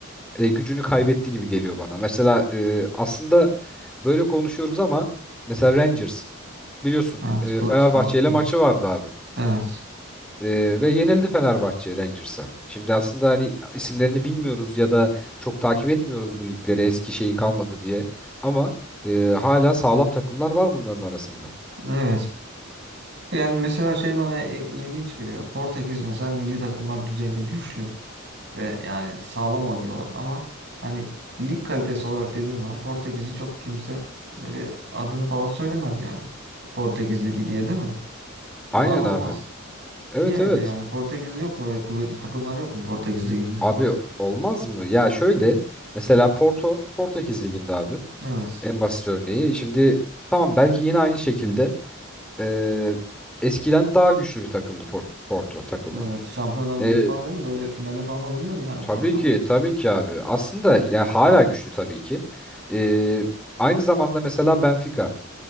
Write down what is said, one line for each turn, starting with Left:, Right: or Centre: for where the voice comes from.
Centre: e, gücünü kaybetti gibi geliyor bana. Mesela e, aslında böyle konuşuyoruz ama mesela Rangers biliyorsun
Right: Evet
Centre: e,
Right: Glasgow.
Centre: Fenerbahçe ile
Right: Hı.
Centre: maçı vardı abi.
Right: Evet.
Centre: E, ve yenildi Fenerbahçe Rangers'a. Şimdi aslında hani isimlerini bilmiyoruz ya da çok takip etmiyoruz bu ligleri eski şeyi kalmadı diye. Ama e, hala sağlam takımlar var bunların arasında.
Right: Evet. Yani mesela şey bana e- ilginç geliyor. Portekiz mesela milli takımlar düzeyinde güçlü ve yani sağlam oynuyorlar ama hani lig kalitesi olarak dediğin zaman Portekiz'i çok kimse böyle adını falan söylemez yani. Portekiz Ligi diye değil mi? Çok
Centre: Aynen
Right: anılmaz.
Centre: abi. Evet
Right: Niye öyle
Centre: evet.
Right: yani? Portekiz'de yok mu öyle kuvvetli takımlar yok mu Portekiz Ligi'nde?
Centre: Abi olmaz mı? Ya şöyle mesela Porto Portekiz liginde abi.
Right: Evet.
Centre: En basit örneği. Şimdi tamam belki yine aynı şekilde eee, eskiden daha güçlü bir takımdı Port- Porto takımı.
Right: Evet. Şampiyonlar Ligi'nde
Centre: Eee,
Right: falan değil mi? Böyle finale falan oynuyordu yani
Centre: tabii
Right: Porto.
Centre: ki tabii ki abi. Aslında yani hala güçlü tabii ki. Eee, aynı zamanda mesela Benfica.